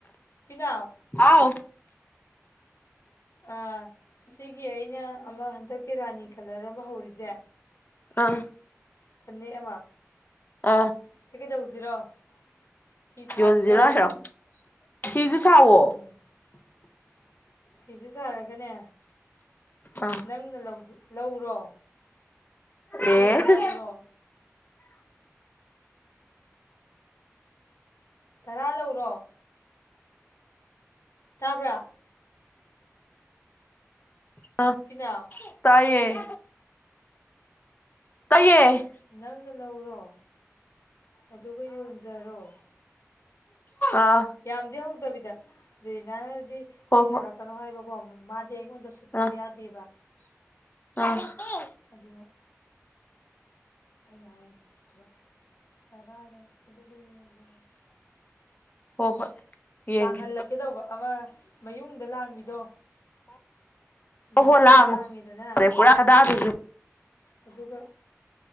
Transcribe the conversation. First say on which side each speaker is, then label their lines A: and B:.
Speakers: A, on the left (about 70°); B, on the left (about 40°).
A: ꯄꯤꯅꯦ ꯑ
B: ꯍꯥꯎ
A: ꯑꯥ ꯁꯤꯒꯤ ꯑꯩꯅ ꯑꯃ ꯍꯟꯗꯛꯀꯤ ꯔꯥꯅꯤ ꯀꯂꯔ ꯑꯃ ꯍꯧꯔꯤꯁꯦ
B: ꯑꯥ
A: ꯐꯅꯦꯛ ꯑꯃ
B: ꯑꯥ
A: ꯁꯤ ꯀꯩꯗꯧꯁꯤꯔꯣ ꯐꯤꯤꯁꯖꯤꯔꯣ
B: ꯌꯣꯟꯁꯤꯔꯣ ꯍꯥꯏꯔꯣ ꯐꯤꯁꯨ ꯁꯥꯋꯣ
A: ꯎꯝ ꯐꯤꯁꯨ ꯁꯥꯔꯒꯅꯦ
B: ꯑ
A: ꯅꯪꯅ ꯂꯧ ꯂꯧꯔꯣ
B: ꯑꯦ
A: ꯇꯦꯟ ꯂꯧꯔꯣ ꯇꯔꯥ ꯂꯧꯔꯣ ꯇꯥꯕ꯭ꯔꯥ
B: ꯑ
A: ꯄꯤꯅꯥꯎ
B: ꯇꯥꯏꯌꯦ ꯇꯩꯌꯦ
A: ꯅꯪꯅ ꯂꯧꯔꯣ ꯑꯗꯨꯒ ꯌꯣꯟꯖꯔꯣ
B: ꯑꯥ
A: ꯌꯥꯗ ꯍꯧꯒꯗꯕꯤꯗ ꯑꯗꯨꯩ ꯅꯪꯗꯤ
B: ꯍꯣ
A: ꯐꯤ
B: ꯍꯣꯏ
A: ꯁꯥꯔꯛꯀꯅꯣ ꯍꯥꯏꯕꯀꯣ ꯃꯥꯗꯤ ꯑꯩꯉꯣꯟꯗ ꯁꯨꯠꯄꯤꯕ
B: ꯑ
A: ꯌꯥꯗꯦꯕ
B: ꯑ
A: ꯑꯗꯨꯒꯅ ꯑꯩꯅ ꯍꯥꯏꯔꯤꯕ ꯇꯔꯥꯗ ꯑꯗꯨꯒ ꯌꯣꯒ
B: ꯍꯣ ꯍꯣꯏ ꯌꯦꯡꯒꯦ
A: ꯂꯥꯡꯍꯜꯂꯛꯀꯦ ꯇꯧꯕ ꯑꯃ ꯃꯌꯨꯡꯗ ꯂꯥꯡꯕꯤꯗꯣ ꯃꯌꯨꯡꯗ
B: ꯍꯣꯏ ꯍꯣ ꯂꯥꯡꯉꯣ
A: ꯂꯥꯡꯉꯦꯗꯅ
B: ꯄꯨꯔꯥ ꯍꯗꯥꯗꯨꯁꯨ
A: ꯑꯗꯨꯒ